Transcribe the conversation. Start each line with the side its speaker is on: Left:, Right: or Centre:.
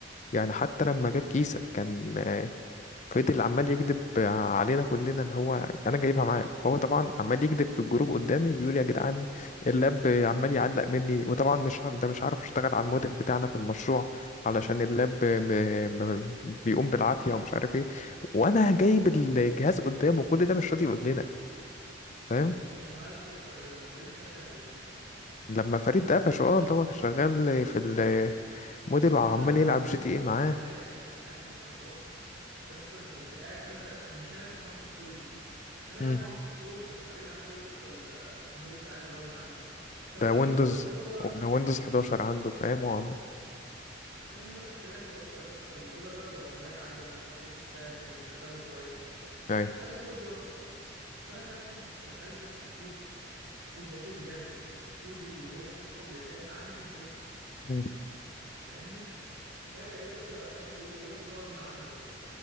Left: يعني حتى لما جاب كيسك كان آه، فضل عمال يكذب علينا كلنا اللي هو انا جايبها معاه هو طبعا عمال يكذب في الجروب قدامي وبيقول يا جدعان اللاب عمال يعلق مني وطبعا مش عارف- ده مش عارف اشتغل على الموديل بتاعنا في المشروع علشان اللاب ب- ب- بيقوم بالعافية ومش عارف ايه وانا جايب الجهاز قدامه كل ده مش راضي يقول لنا فاهم
Right: وما قالش يا اسطى غير لما فريد دخل قال لنا
Left: لما فريد قفشه اه اللي هو شغال في موديل وعمال
Right: يا ده انا
Left: يلعب
Right: اصلا
Left: جي تي ايه معاه
Right: انا ساعتها ساعتها استغربت يا اسطى انا كنت قاعد انا دخلت المشكله انا كنت معاهم في الكول دي فانا
Left: مم.
Right: قاعد معاهم في الكول ففريد عمال يقول يا اسطى ال- المودم مش عايز رن عندي فانا
Left: ده
Right: من
Left: ويندوز
Right: باب اللي هو
Left: ده ويندوز 11 عنده فاهم هو عم-
Right: فانا من باب الكلام بقول له طب يا اسطى طب ما تجيب اجرب رن هناك عندي انا الار تي اكس بتاعي يمكن يشغله شويه
Left: ايوه
Right: قال لي خد يا اسطى فانا خدته شغلت يا اسطى الكود كود بطيء بجد الكود اللي هو بيترن عندي ببطء
Left: مم.
Right: فاهمني ففجاه لقيت يا اسطى الفا بيقول له يا اسطى رن عندي اهو